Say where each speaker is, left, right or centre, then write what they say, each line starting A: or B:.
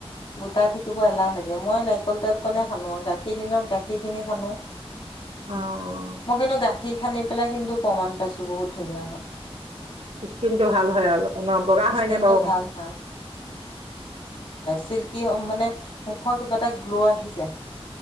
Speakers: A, on the left (about 55°); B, on the right (about 80°).
A: গোটাই থাকিব এলাহ লাগে। মই নাৰিকল তেলকনে সানো আও গাখীৰ দিনত গাখীৰখিনি সানো।
B: অঁ
A: মই কিন্তু গাখীৰ সানি পেলাই কিন্তু প্ৰমাণ পাইছো বহুত ধুনীয়া হয়।
B: স্কিনটো ভাল হয় অলপমান, বগা হয়
A: স্কিনটো
B: ন বাৰু অকমান?
A: ভাল হয় চিল্কি কি হয় মানে, মুখৰ কিবা এটা গ্ল' আহি যায়।